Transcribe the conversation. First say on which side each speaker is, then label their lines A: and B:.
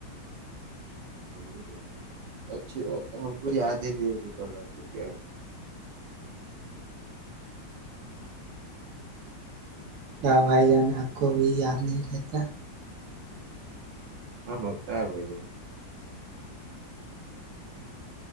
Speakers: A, on the right; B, on the right.
A: چلیے س اچھی ب تو ہم کو یاد ہی نہیں کہ چ رہوا <inaudible>
B: کیا بھائی جان آپ کو بھی یاد نہیں رہتا
A: ہاں ہاں س بھ ج